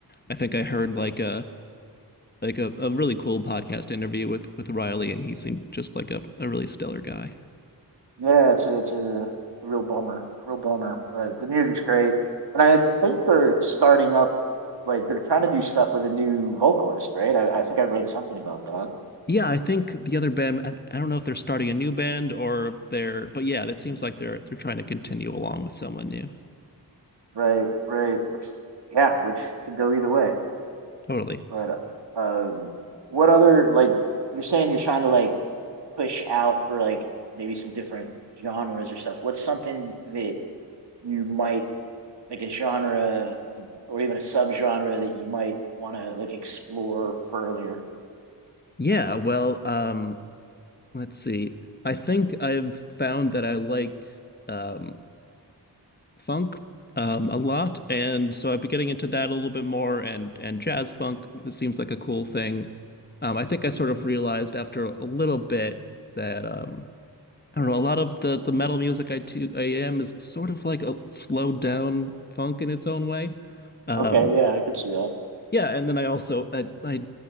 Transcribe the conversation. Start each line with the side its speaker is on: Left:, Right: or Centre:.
Left: I think I heard like a like a, a really cool podcast interview with with Riley, and he seemed just like a, a really stellar guy.
Right: Yeah, it's a, it's a real bummer, real bummer. But the music's great, and I think they're starting up, like they're trying to do stuff with a new vocalist, right? I, I think I read something about that.
Left: Yeah, I think the other band, I, I don't know if they're starting a new band or if they're, but yeah, it seems like they're they're trying to continue along with someone new.
Right: Right, right. Which, yeah, which could go either way.
Left: Totally.
Right: But um, what other like you're saying you're trying to like push out for like maybe some different genres or stuff. What's something that you might like a genre or even a subgenre that you might want to like explore further?
Left: Yeah, well, um, let's see. I think I've found that I like um funk um a lot, and so I've been getting into that a little bit more and and jazz funk it seems like a cool thing. Um, I think I sort of realized after a little bit that um I don't know, a lot of the the metal music I to I am is sort of like a slowed down funk in its own way. Um
Right: Okay, yeah, I could see that.
Left: yeah, and then I also I I